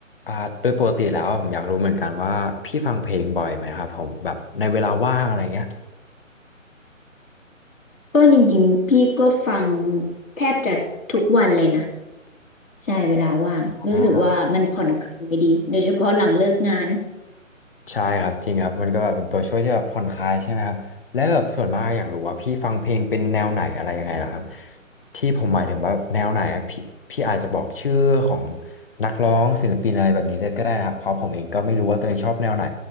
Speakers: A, on the left; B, on the left.
A: อ่าโดยปกติแล้วผมอยากรู้เหมือนกันว่าพี่ฟังเพลงบ่อยไหมครับผมแบบในเวลาว่างอะไรเงี้ย
B: ก็จริงๆพี่ก็ฟังแทบจะทุกวันเลยนะใช่เวลาว่างรู้สึกว่ามันผ่อนคลายดีโดยเฉพาะหลังเลิกงาน
A: อ่าใช่ครับจริงครับมันก็แบบเป็นตัวช่วยที่แบบผ่อนคลายใช่ไหมครับและแบบส่วนมากอยากรู้ว่าพี่ฟังเพลงเป็นแนวไหนอะไรยังไงล่ะครับที่ผมหมายถึงว่าแนวไหนอะพี่พี่อาจจะบอกชื่อของนักร้องศิลปินอะไรแบบนี้เลยก็ได้นะครับเพราะผมเองก็ไม่รู้ว่าตัวเองชอบแนวไหน